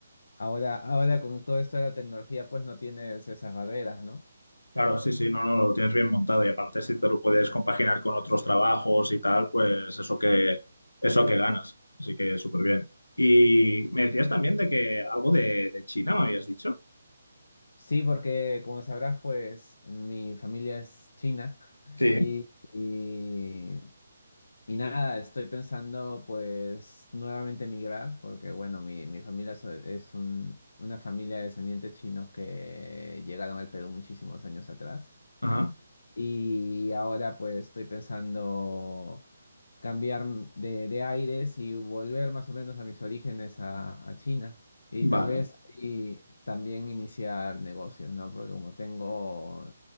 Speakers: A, on the left (about 70°); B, on the left (about 90°).
A: Ahora, ahora con todo esto de la tecnología, pues no tienes esas barreras, ¿no?
B: Claro, sí, sí, no, no, lo tienes bien montado y aparte si te lo puedes compaginar con otros trabajos y tal, pues eso que, eso que ganas. Así que súper bien. Y me decías también de que algo de, de China me habías dicho.
A: Sí, porque como sabrás, pues mi familia es china <laughs>
B: Sí.
A: y, y, y nada, estoy pensando pues nuevamente migrar, porque bueno, mi, mi familia so- es un- una familia de descendientes chinos que llegaron al Perú muchísimos años atrás.
B: Ajá,
A: Y ahora pues estoy pensando cambiar de, de aires y volver más o menos a mis orígenes a, a China. Y
B: vale.
A: tal vez ahí también iniciar negocios, ¿no? Porque como tengo,